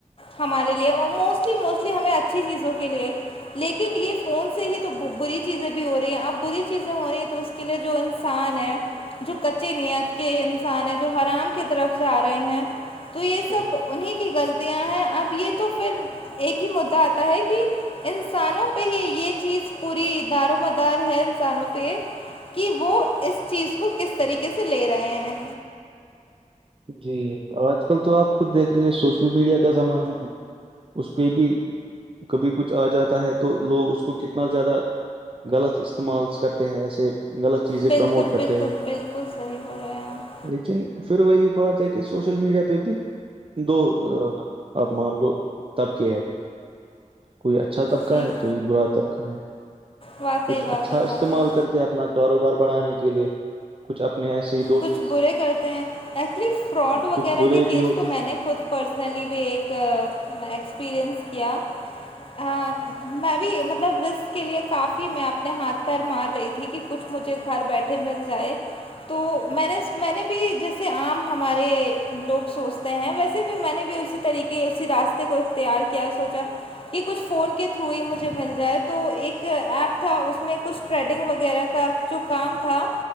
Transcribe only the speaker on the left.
ہمارے لیے اور موسٹلی موسٹلی ہمیں اچھی چیزوں کے لیے لیکن یہ فون سے ہی تو بری چیزیں بھی ہو رہی ہیں اب بری چیزیں ہو رہی ہیں تو اس کے لیے جو انسان ہے جو کچی نیت کے انسان ہیں جو حرام کی طرف جا رہے ہیں تو یہ
سب انہیں کی غلطیاں ہیں اب یہ تو پھر ایک ہی مدعا آتا ہے کہ انسانوں پہ ہی یہ چیز پوری دار مدار ہے انسانوں پہ کہ وہ اس چیز کو کس طریقے سے لے رہے ہیں
بالکل
بالکل
بالکل صحیح بول رہے ہیں آپ
جی
واقعی
واقعی
واقعی
کچھ برے کرتے ہیں ایکچولی فراڈ وغیرہ
کے کیس
تو میں
نے خود پرسنلی بھی ایک ایکسپریئنس کیا ہاں میں بھی مطلب رسک کے لیے کافی میں اپنے ہاتھ پیر مار رہی تھی کہ کچھ مجھے گھر بیٹھے مل جائے تو میں نے میں نے بھی جیسے عام ہمارے لوگ سوچتے ہیں ویسے بھی میں نے بھی اسی طریقے اسی راستے کو اختار کیا سوچا یہ کچھ فون کے تھرو ہی مجھے مل جائے تو ایک ایپ تھا اس میں کچھ تھٹریڈنگ وغیرہ کا جو کام تھا